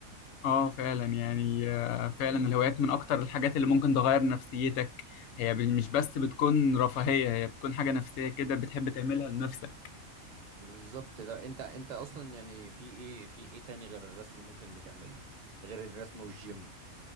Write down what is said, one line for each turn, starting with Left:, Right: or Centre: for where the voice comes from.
Left: اه فعلا يعني آه، فعلا الهوايات من اكتر الحاجات اللي ممكن تغير نفسيتك هي ب- مش بس بتكون رفاهية هي بتكون حاجة نفسية كده بتحب تعملها لنفسك
Right: بالظبط ده انت انت اصلا يعني في ايه في ايه تاني غير الرسم ممكن بتعمله غير الرسم والجيم